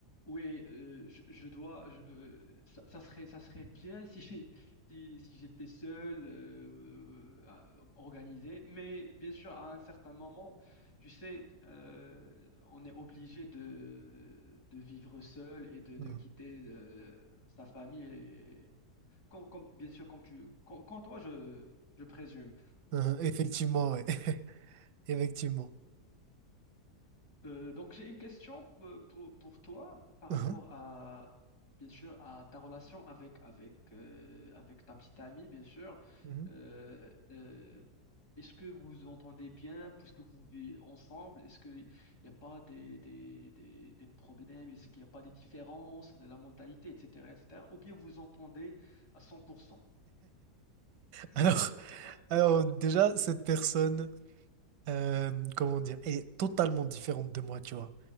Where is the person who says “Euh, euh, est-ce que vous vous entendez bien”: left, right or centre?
Left